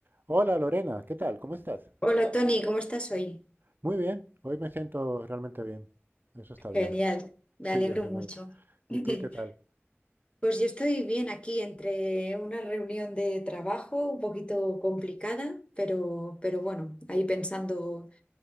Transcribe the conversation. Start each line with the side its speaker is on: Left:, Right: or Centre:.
Right: Hola Lorena, ¿qué tal? ¿Cómo estás?
Left: Hola Tony, ¿cómo estás hoy?
Right: Muy bien, hoy me siento realmente bien. Eso está bien.
Left: Genial,
Right: <laughs>
Left: me
Right: Sí,
Left: alegro
Right: desde
Left: mucho.
Right: luego. ¿Y tú
Left: <laughs>
Right: qué tal?
Left: Pues yo estoy bien aquí entre una reunión de trabajo un poquito complicada, pero, pero bueno, ahí pensando,